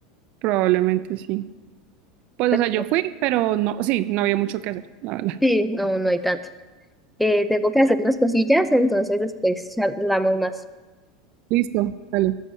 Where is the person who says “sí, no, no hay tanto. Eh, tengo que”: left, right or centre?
Centre